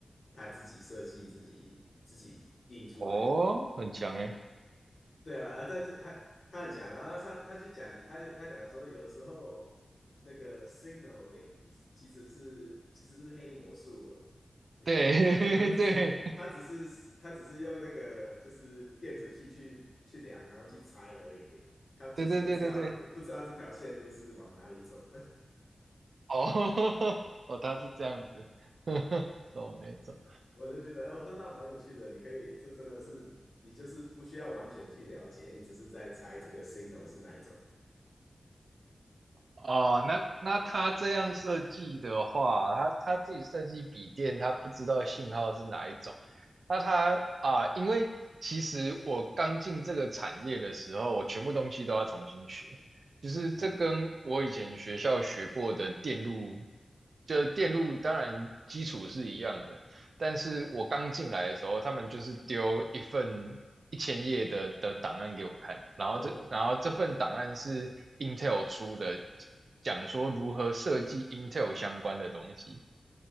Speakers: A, on the left (about 50°); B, on the right (about 70°).
A: 他自己设计自己自己印出来的。
B: 哦，很强诶，
A: 对啊，啊，但是他他很强，然后他他去讲，他他讲说，有的时候那个 signaling 其实是其实是黑魔术。<laughs>
B: 对
A: 他说他只是他只是他只是用那个就是电子器去去量，
B: <laughs> 对
A: 然后去猜而已。他其实不知道不知道这条线路是往哪里走的。
B: 对对对对对，哦 <laughs> 哦，他是这样子，<laughs> 走那一种。
A: <laughs> 我就觉得哦，那倒蛮有趣的。你可以，这真的是你就是不需要完全去了解，你只是在猜这个 signal 是哪一种。
B: 哦，那那他这样设计的话，他他自己设计笔电，他不知道信号是哪一种。那他啊，因为其实我刚进这个产业的时候，我全部东西都要重新学，就是这跟我以前学校学过的电路，
A: 嗯，
B: 就是电路当然基础是一样的，但是我刚进来的时候，他们就是丢一份一千页的的档案给我看，然后这然后这份档案是
A: <laughs> 哦
B: Intel 出的，讲说如何设计 Intel 相关的东西，